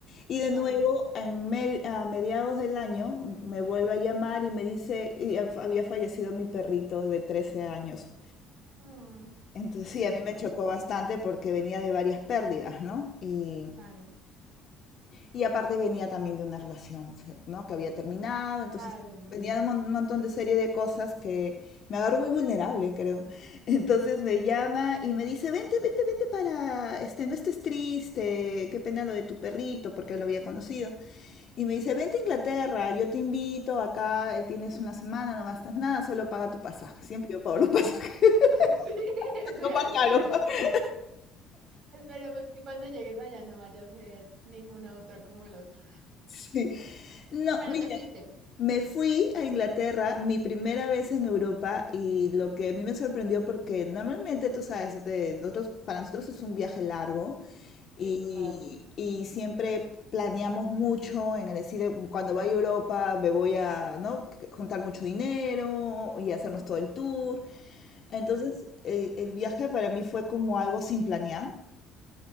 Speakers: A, on the left; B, on the right.
A: Y de
B: claro.
A: nuevo, en me- a mediados del año, me vuelve a llamar y me dice, y ha- había fallecido mi perrito de 13 años.
B: Mm,
A: Entonces
B: Dios
A: sí,
B: mío.
A: a mí
B: <laughs>
A: me chocó bastante porque venía de varias pérdidas, ¿no? Y,
B: Claro,
A: y aparte venía también de una relación, ¿no? Que había terminado, entonces
B: claro.
A: venía de un mon- montón de serie de cosas que me agarró muy vulnerable, creo. <laughs> Entonces me llama y me dice, vente, vente, vente para, este, no estés triste, qué pena lo de tu perrito, porque lo había conocido. Y me dice, vente a Inglaterra, yo te invito, acá eh, tienes una semana, no gastas nada, solo paga tu pasaje. Siempre
B: Sí,
A: yo pago los pasajes,
B: <laughs> sí,
A: <laughs> no más caro.
B: sí.
A: <laughs>
B: Esperemos que cuando llegues allá no vaya a ser ninguna otra como el otro.
A: Sí. No,
B: Pero
A: mira,
B: te fuiste.
A: Me fui a Inglaterra, mi primera vez en Europa, y lo que a mí me sorprendió porque normalmente, tú sabes, de nosotros, para nosotros es un viaje largo y,
B: Sí, claro.
A: y siempre planeamos mucho en el decir, cuando vaya a Europa me voy a, ¿no? juntar mucho dinero y hacernos todo el tour. Entonces,
B: Eh,
A: eh, el viaje para mí fue como algo sin planear.